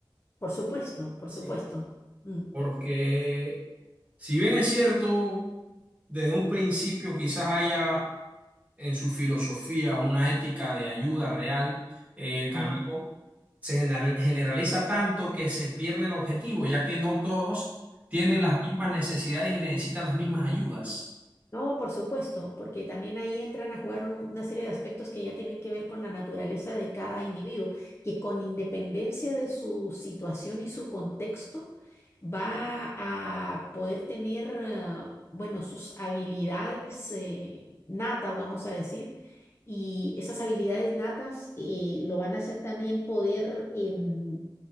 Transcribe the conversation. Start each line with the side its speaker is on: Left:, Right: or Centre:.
Left: Por supuesto, por
Right: Sí.
Left: supuesto. Mm,
Right: Porque si bien es cierto, desde un principio quizás haya en su filosofía una ética de ayuda real en el camino,
Left: Ajá.
Right: se gener- generaliza tanto que se pierde el objetivo, ya que no todos tienen
Left: mm.
Right: las mismas necesidades y necesitan las mismas ayudas.
Left: No, por supuesto, porque también ahí entran a jugar un- una serie de aspectos que ya tienen que ver con la naturaleza de cada individuo, que con independencia de su situación y su contexto, va a poder tener, eh, bueno, sus habilidades eh, natas, vamos a decir, y esas habilidades natas eh, lo van a hacer también poder em,